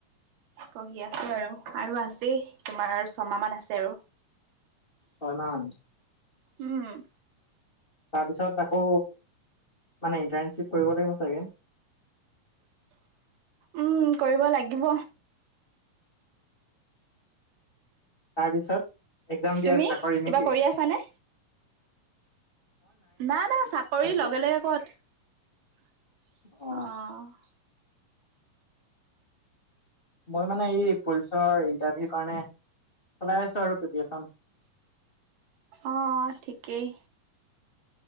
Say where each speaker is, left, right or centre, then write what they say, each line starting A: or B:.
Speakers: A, on the right; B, on the left.
A: পঢ়ি আছো আৰু আৰু আছেই তোমাৰ ছমাহ মান আছে আৰু।
B: ছলান <unintelligible>
A: উম
B: তাৰপিছত আকৌ মানে ইণ্টাৰ্ণশ্বিপ কৰিব লাগিব চাগে?
A: উম কৰিব লাগিব।
B: তাৰপিছত এক্জাম
A: তুমি
B: দিয়া চাকৰি
A: কিবা
B: নেকি?
A: কৰি আছানে? নাই না চাকৰি
B: তেনেকৈ
A: লগে লগে ক'ত
B: অ
A: <unintelligible>
B: মই মানে এই পুলিচৰ ইণ্টাৰভিউ কাৰণে চলাই আছো আৰু প্ৰিপেচন
A: অ ঠিকেই।